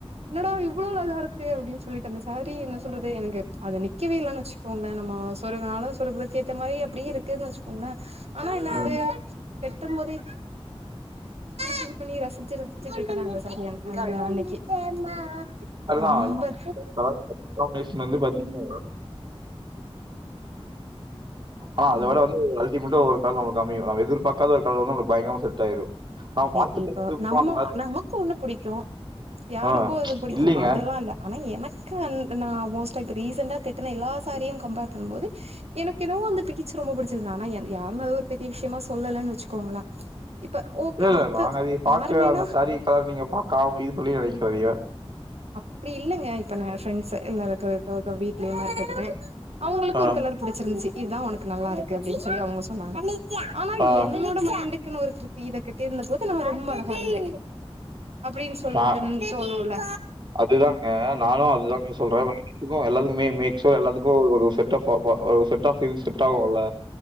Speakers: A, on the right (about 85°); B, on the right (about 50°).
A: எந்நடா இவ்ளும் அ இருக்கு அப்டின்னு சொல்லிட்டு அந்த சாரி என்ன சொல்றது எனக்கு அது நிக்கவே இல்லைன்னு வச்சுக்கோங்களன் நம்ம சொருகுனாலும் சொருகுறக்க ஏத்த மாரி அப்படியே இருக்குன்னு வச்சுக்கோங்களேன் ஆனா என்ன
B: ம்.
A: அது வெட்டுபோதே து பண்ணி ரசிச்சு ரசிச்சு <inaudible> சரியான அன்னைக்கு இப்ப
B: அதுதான்.
A: ரொம்ப
B: கலர் காம்பினேஷன் வந்து பார்த்தீங்கன்னா, ஆ அத
A: ம்
B: விட வந்து மட்டும் ஒரு நம்ம அமயு <unintelligible> பயங்கரமா செட் ஆயிரும் நாம
A: அதே
B: பார்த்து பார்த்து
A: இப்ப நம்ம
B: போலாம் அந்த
A: நமக்கு ஒண்ணு புடிக்கும் யாருக்கும்
B: ஆ
A: அது புடிக்கும்
B: இல்லைங்க.
A: அதெல்லாம் இல்ல ஆனா எனக்கு நான் மோஸ்டா இப்ப ரீசண்டா கட்டின எல்லா சாரியும் கம்பேர் பண்ணும்போது எனக்கு என்னவோ அந்த பீச் ரொம்ப பிடிச்சிருந்த ஆனா யாருும் அத ஒரு பெரிய விஷயமா சொல்லலைன்னு வச்சுக்கோங்கள இப்ப ஓகே
B: இல்லலை இல்ல
A: மத்த
B: நாங்க அதைய பாக்க
A: யாருமேனா
B: அந்த சாரீ கலர் நீங்க பாக்காம இது பண்ணி நினைக்க அதைய
A: அப்படி இல்லைங்க இப்ப நான் ஃரெண்ட்ஸ் எல்லா இருக்க வீட்லயேமா இருக்கறேன் அவங்களுக்கு
B: ஆ,
A: ஒரு கலர் புடிச்சிருந்துச்சி இதுதா உனக்கு நல்லா இருக்கு அப்டின்னு சொல்லி அவங்க சொன்னாங்க ஆனா
B: ஆ.
A: என்னோட மைண்ட்டுக் க்னு ஒரு திருப்தி இத கட்டி இருந்தபோது நா ரொம்ப அழகா இருந்தே அப்டின்னு சொல்றதுனு
B: நான்
A: தோணுல்ல
B: அதுதாங்க நானு அதுதாங்க சொல்றே <unintelligible> க்கு எல்லா மே மேக்ஸிமம் எல்லாத்துக்கு ஒரு செட் ஆப் ஆ செட் ஆப் செட் ஆகும்ல